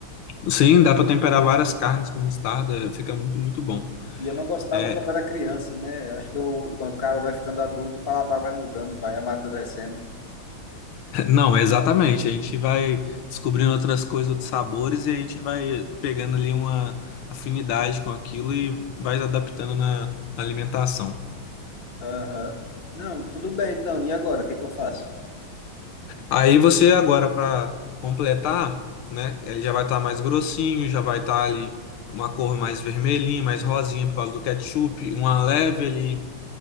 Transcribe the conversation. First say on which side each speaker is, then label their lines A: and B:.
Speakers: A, on the left (about 80°); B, on the left (about 30°).
A: Sim, dá para temperar várias carnes com mostarda, fica muito, muito bom.
B: E eu não gostava
A: É,
B: quando era criança, né? Eu acho que eu, quando o cara vai ficando adulto, o paladar vai mudando, vai amadurecendo.
A: <laughs> não, exatamente. A gente vai descobrindo outras coisas, outros sabores e a gente vai pegando ali uma afinidade com aquilo e vai adaptando na na alimentação.
B: Aham. Não, tudo bem então. E agora? O que que eu faço?
A: Aí você agora para completar, né? Ele já vai estar mais grossinho, já vai estar ali uma cor mais vermelhinha, mais rosinha por causa do ketchup, uma leve ali,